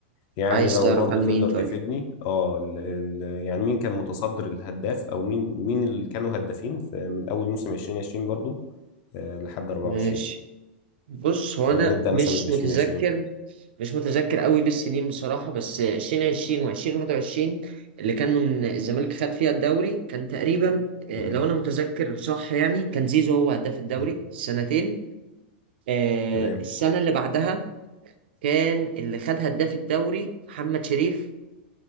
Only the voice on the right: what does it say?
عايز
تعرف
عن
مين طيب
ماشي بص
هو انا مش
متذكر مش متذكر قوي بالسنين بصراحه بس 2020 و2021 اللي كان من الزمالك خد فيها الدوري كان تقريبا آه،
لو انا متذكر صح يعني كان زيزو هو هداف الدوري
السنتين آه،
السنه اللي بعدها كان اللي خد هداف الدوري محمد شريف